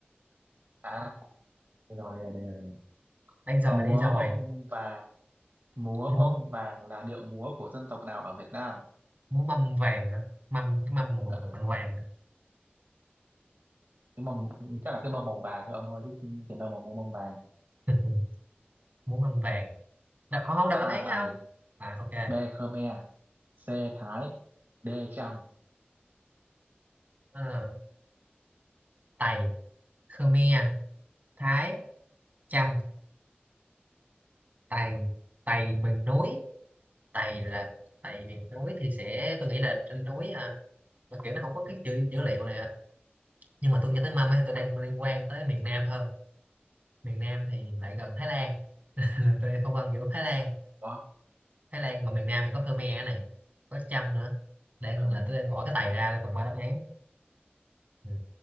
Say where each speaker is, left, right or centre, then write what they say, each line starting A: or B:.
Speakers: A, on the right; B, on the right.
A: à, đây rồi đây rồi đây rồi
B: đây rồi
A: múa
B: đây rồi
A: mâm vàng múa
B: múa
A: mâm vàng là điệu múa của dân tộc nào ở Việt Nam
B: múa mâm vàng hả mâm cái mâm mà
A: Ờ,
B: bằng bằng vàng
A: cái mâm chắc là cái mâm màu vàng thôi ông ơi chứ tiền đâu mà mua mâm vàng
B: <laughs> muốn âm vàng đọc, không không đọc
A: A
B: đáp án
A: Tày
B: không à ok
A: B Khmer C Thái D Chăm
B: Ờ, Tày Khmer Thái Chăm Tày Tày miền núi Tày là Tày miền núi thì sẽ tôi nghĩ là trên núi hả mà kiểu nó không có cái chữ dữ liệu này á nhưng mà tôi nhớ tới mâm ấy, tôi đang liên quan tới miền Nam hơn miền Nam thì lại gần Thái Lan <laughs> là tôi không ăn giữa Thái Lan
A: quá
B: Thái Lan mà miền Nam thì có Khmer ở này có Chăm nữa đang
A: ừ.
B: là tôi đang gõ cái Tày ra tôi còn ba đáp án ừ,